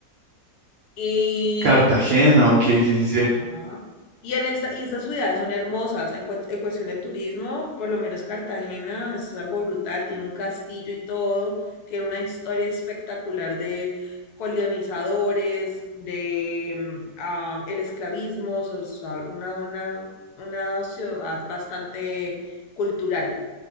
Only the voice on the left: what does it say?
Y
Ajá. Y, en esta, y estas ciudades son hermosas. En, cues- en cuestión de turismo, por lo menos Cartagena es algo brutal. Tiene un castillo y todo. Tiene una historia espectacular de colonizadores, de mm, ah, el esclavismo. O sea, una, una, una ciudad bastante cultural